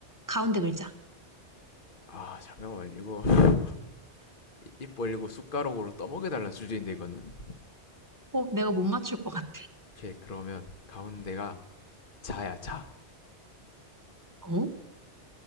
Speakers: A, on the right (about 20°); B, on the left (about 50°).
A: 가운데 글자.
B: 아, 잠깐만. 이거 <laughs> 입 벌리고 숟가락으로 떠먹여달라 주제인데, 이거는.
A: 어, 내가 못 맞출 것 같아.
B: 오케이, 그러면 가운데가 자야, 자.
A: 어?